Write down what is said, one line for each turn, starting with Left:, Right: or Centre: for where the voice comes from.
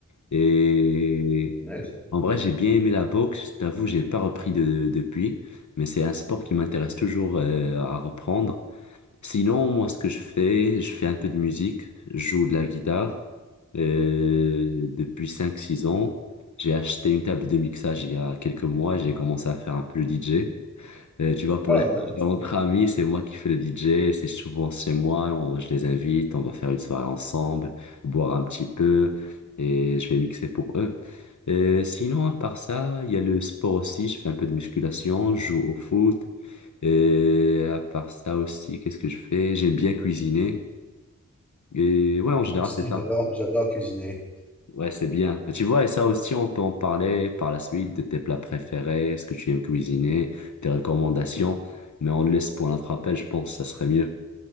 Left: Et
Centre: Nice.
Left: en vrai, j'ai bien aimé la boxe. Je t'avoue, j'ai pas repris de, depuis, mais c'est un sport qui m'intéresse toujours euh, à reprendre. Sinon, moi, ce que je fais, je fais un peu de musique. Je joue de la guitare euh, depuis cinq, six ans. J'ai acheté une table de mixage il y a quelques mois. J'ai commencé à faire un peu le DJ. Euh, tu vois, pour
Centre: Ah,
Left: les
Centre: nice.
Left: entre amis, c'est moi qui fais le DJ, c'est souvent chez moi, on- je les invite, on va faire une soirée ensemble, boire un petit peu, et je vais mixer pour eux. Euh, sinon, à part ça, il y a le sport aussi, je fais un peu de musculation, je joue au foot, et à part ça aussi, qu'est-ce que je fais? J'aime bien cuisiner, et ouais, en général,
Centre: Moi aussi,
Left: c'est ça.
Centre: j'adore, j'adore cuisiner.
Left: Ouais, c'est bien. Tu vois, et ça aussi, on peut en parler par la suite de tes plats préférés, ce que tu aimes cuisiner, tes recommandations, mais on le laisse pour notre appel, je pense, ça serait mieux.